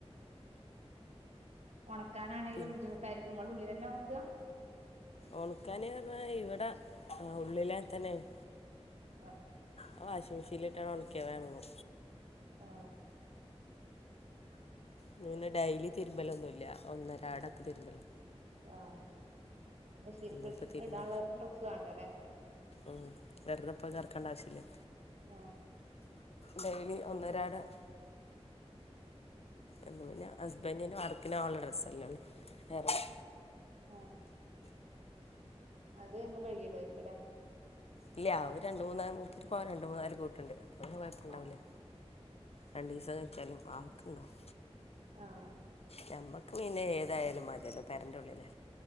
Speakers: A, on the right; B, on the left.
A: ഒന്നണക്കാനാണേലും
B: പിന്നെ
A: ബുദ്ധിമുട്ടായിരിക്കും ഇങ്ങള് ഉള്ളിലെന്നെ ഒണക്ക
B: ഒണക്കാന് അറഞ്ഞാ ഇവിടെ ആ ഉള്ളിലാ തന്നേണ്.
A: ആഹ്
B: ആ വാഷിംഗ് മെഷീനിലിട്ടാണ് ഒണക്ക്യാ വേം ഒണങ്ങും
A: ആഹ്
B: ഞാൻ പറന്നെ ഡെയ്ലി തിരുമ്പലൊന്നും ഇല്ല്യ ഒന്നരാടൊക്കെ തിരുമ്പല്
A: ആഹ് മെഷീന്ക്ക്
B: ഇന്നിപ്പോൾ
A: ഇട്
B: തിരുമ്പ
A: ഇടാള്ള ഡ്രസ്സ് വാണ്ടലേ.
B: ഉം വെറ്തപ്പോ അഹ് കറക്കണ്ട ആവശ്യല്ല്യാ
A: ആഹ്.
B: ഡെയ്ലി ഒന്നരാടം എന്നും പിന്ന ഹസ്ബൻഡന് വർക്കിന് പോവാള്ള ഡ്രസ്സല്ലേ ഉള്ളു വേറെന്നൂല്ലാ
A: ആഹ്. അത് എന്നും കഴുകിടുവായിരിക്കും ലേ.
B: ഇല്ല്യ അവ് രണ്ട് മൂന്നാ മൂപ്പര്ക്കോവാൻ രണ്ട് മുന്നാല് കൂട്ട്ണ്ട് അപ്പൊ പിന്നെ കൊഴപ്പം ഇണ്ടാവൂല്ല്യ.
A: ആഹ്
B: രണ്ടീസം <unintelligible> ആൾക്ക്ണ്ടാവും
A: ആഹ്
B: ഞമ്മ പിന്നെ ഏതായാലും മതിയല്ലോ പെര്ന്റെ ഉള്ളില്